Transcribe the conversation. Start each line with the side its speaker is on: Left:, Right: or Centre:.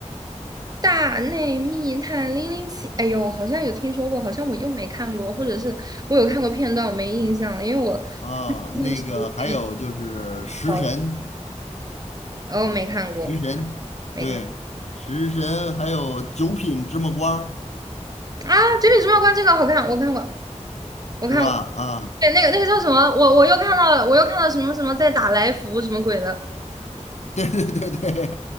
Right: 大内密探零零七，哎呦，好像有听说过，好像我又没看过，或者是我有看过片段，我没印象了，因为我看时候电影
Left: 啊，那个还有就是食神，
Right: 少，哦，没看过，
Left: 食神，
Right: 没看
Left: 对，食神，还有九品芝麻官儿，
Right: 啊，《绝命毒药关》这个好看，我看过，我看过，
Left: 是吧？啊，<laughs>
Right: 对，那个那个叫什么？我我又看到了，我又看到什么什么在打来福什么鬼的，
Left: 对对对对，